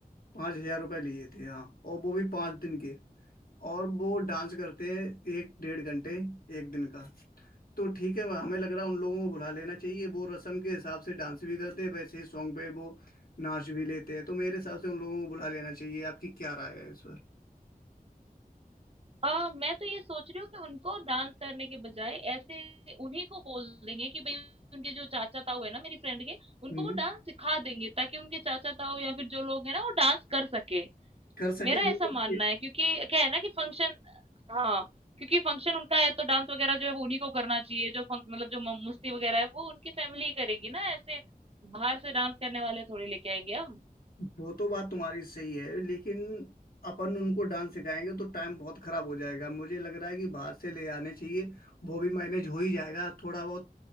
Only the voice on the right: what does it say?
अ, मैं तो ये सोच रही हूँ कि उनको डांस करने के बजाय ऐसे उन्हीं को बोल देंगे कि भाई उनके जो चाचा ताऊ है ना मेरी फ्रेंड के उनको
वो डांस सिखा देंगे ताकि उनके चाचा ताऊ या फिर जो लोग हैं ना वो डांस कर सके
मेरा
ऐसा
मानना है क्योंकि क्या है ना कि फंक्शन हाँ क्योंकि फंक्शन उनका है तो डांस वगैरह जो है वो उन्हीं को करना चाहिए जो फंक मतलब जो म- मस्ती वगैरह है वो उनकी फैमिली ही करेगी ना ऐसे बाहर से डांस करने वाले थोड़ी लेके आएंगे हम